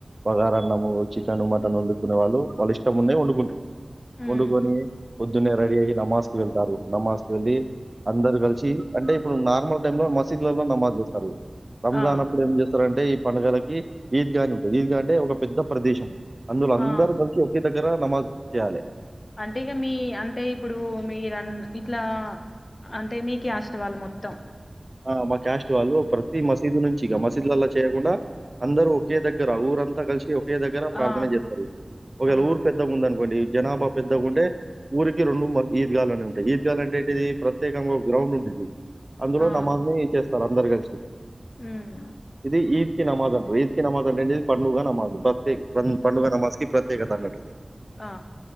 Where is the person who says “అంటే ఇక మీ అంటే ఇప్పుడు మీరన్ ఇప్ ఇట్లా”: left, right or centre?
Left